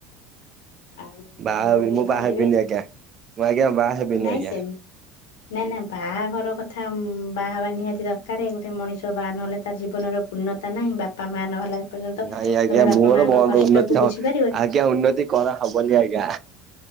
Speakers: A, on the left; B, on the right.
A: ଆଉ
B: ବାହା
A: ବନ୍ଧୁଙ୍କୁ
B: ହେବି
A: ଟିକେ
B: ମୁଁ
A: ଜଣେଇବେ
B: ବାହା ହେବିନି ଆଜ୍ଞା ମୁଁ ଆଜ୍ଞା ବାହା ହେବିନି
A: ନାଇଁ
B: ଆଜ୍ଞା।
A: ସେମି ନା ନା ବାହାଘର କଥା ବାହାହବା ନିହାତି ଦରକାରେ ଗୋଟେ ମଣିଷ ବାହା ନହେଲେ ତାର ଜୀବନର ଉନ୍ନତ ତା ନହିଁ ବାପା ମା ନହଲା ଏ ପର୍ଯ୍ୟନ୍ତ
B: ନାଇଁ ଆଜ୍ଞା
A: ତମେ ବାପା
B: ମୋର
A: ମାଙ୍କ
B: ବନ୍ଦ
A: କଷ୍ଟ
B: ଉନ୍ନତି
A: କୁ
B: ହ
A: ବୁଝିପାରିବନି।
B: ଆଜ୍ଞା ଉନ୍ନତି କରାହବନି ଆଜ୍ଞା।